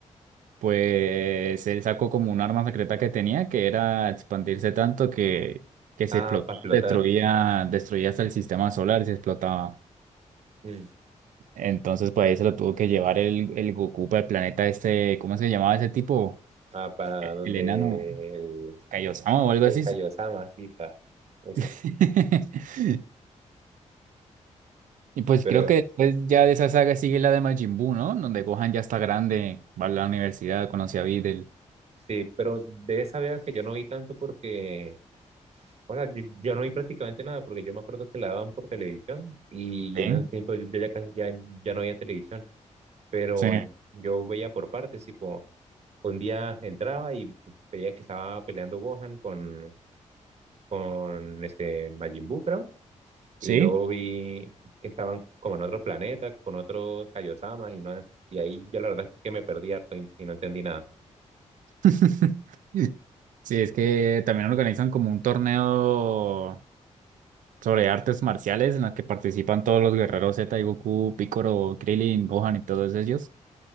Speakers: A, on the right; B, on the right.
A: pues él sacó como un arma secreta que tenía, que era expandirse tanto que, que se
B: Ah,
A: explotó,
B: para flotar.
A: destruía, destruía hasta el sistema solar, se explotaba.
B: Mm.
A: Entonces, pues ahí se lo tuvo que llevar el, el Goku para el planeta este, ¿cómo se llamaba ese tipo?
B: Ah, para
A: El,
B: donde
A: el enano,
B: el,
A: Kaiosama o algo
B: el
A: así.
B: Kaiosama, sí, está. Ese.
A: <laughs> Y pues
B: Pero
A: creo que después ya de esa saga sigue la de Majin Buu, ¿no? Donde Gohan ya está grande, va a la universidad, conoce a Videl.
B: sí, pero de esa vez que yo no vi tanto porque, o sea, yo, yo no vi prácticamente nada porque yo me acuerdo que la daban por televisión y
A: ¿Sí?
B: en esos tiempos yo yo ya casi ya, ya no veía televisión, pero
A: Sí,
B: yo veía por partes, tipo, un día entraba y veía que estaba peleando Gohan con, con este Majin Buu, creo
A: sí.
B: Y luego vi que estaban como en otro planeta, con otros Kaiosamas, y, no, y ahí yo la verdad es que me perdí harto y, y no entendí nada.
A: <laughs> Sí, es que también organizan como un torneo sobre artes marciales en la que participan todos los guerreros Z y Goku, Piccolo, Krillin, Gohan y todos ellos.